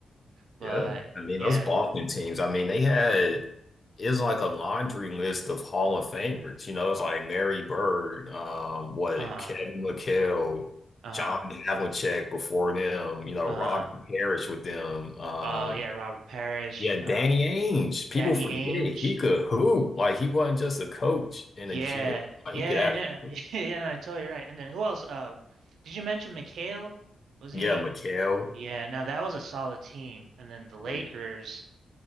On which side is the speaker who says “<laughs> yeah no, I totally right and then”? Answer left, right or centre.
Right